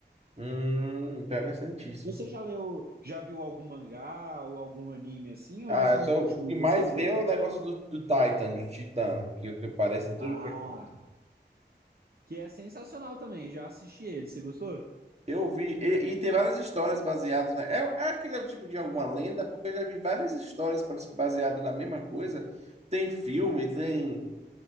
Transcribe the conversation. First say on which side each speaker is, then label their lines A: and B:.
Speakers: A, on the right; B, on the right.
A: Hum, interessantíssimo.
B: Você já leu, já viu algum mangá ou algum anime assim, ou
A: Ah,
B: você não
A: só
B: curte
A: o
B: muito
A: que mais
B: esse tipo de coisa?
A: vê é o negócio do, do Titan, do Titã, que, que parece tudo
B: Ah,
A: que é. coisa.
B: que é sensacional também, já assisti ele, você gostou?
A: Eu vi, e, e tem várias histórias baseadas, né? É, é aquele tipo de alguma lenda, porque eu já vi várias histórias parece que baseadas na mesma coisa. Tem filme, tem,